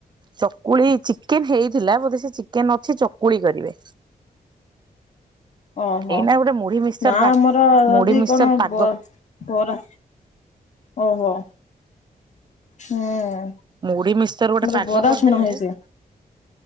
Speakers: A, on the right; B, on the left.
A: ଚକୁଳି ଚିକେନ ହେଇଥିଲା ବୋଧେ ସେ ଚିକେନ ନ କିଛି ଚକୁଳି କରିବେ
B: ଓହୋ
A: ଏଇନା ଗୋଟେ ମୁଢି ମିକ୍ସଚର
B: ନା
A: ପା
B: ଆମର ଯଦି
A: ମୁଢି ମିକ୍ସଚର
B: କଣ
A: ପାଗ
B: ବ ବରା ଓହୋ ହୁଁ
A: ମୁଢ ମିସ୍ତର ଗୋଟେ
B: ମୋର
A: ପାଗ
B: ବରା
A: କରିଦେଲେ
B: ଛଣା ହେଇଛି